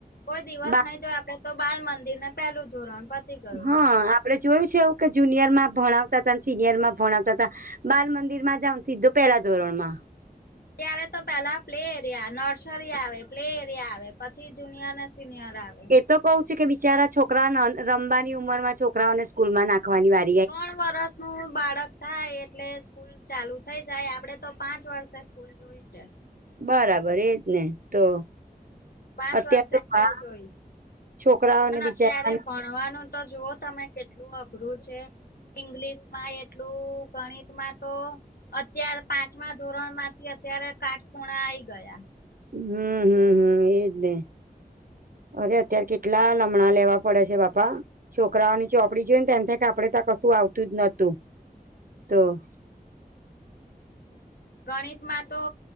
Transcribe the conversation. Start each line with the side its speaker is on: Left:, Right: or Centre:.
Left: કોઈ દિવસ
Right: બા
Left: નહી જો આપડે તો બાલ મંદિર ને પેલું ધોરણ ગયું.
Right: હા આપડે જોયું છે એવું જુનિયર માં ભણાવતા હતા અને સિનિયર માં ભણાવતા હતા બાલ મંદિર માં જ સીધો પેલા ધોરણ માં
Left: ત્યારે તો પેલા પ્લે એરિયા નર્સરી આવે પ્લે એરિયા આવે પછી જુનિયર ને સિનિયર આવે
Right: એ તો કવું છે કે બિચારા છોકરા રમવાની ઉંમર માં છોકરાઓને સ્કૂલમાં નાખવાની વાત
Left: ત્રણ વરસ નું બાળક થાય એટલે સ્કૂલ ચાલુ થઈ જાય આપડે તો પાંચ વર્ષે સ્કૂલ <unintelligible>
Right: બરાબર એજ ને તો
Left: પાંચ
Right: અત્યારે
Left: વર્ષ
Right: તો બા
Left: જોય
Right: છોકરાઓને
Left: અને
Right: બિચારા
Left: અત્યારે ભ ભણવાનું તો જુઓ તમે કેટલું અઘરું છે ઈંગ્લિશ માં એટલું ગણિત માં તો અત્યારે પાંચમા ધોરણ માંથી અત્યારે કાટ ખૂણા આઈ ગયા
Right: હમ્મ હમ્મ હમ્મ એજને અરે અત્યારે કેટલા લમણા લેવા પડે છે બાપા છોકરાઓની ચોપડી જોઈ ને તેમ થાય આપડે તો કશું આવતું જ નતું તો
Left: ગણિતમાં તો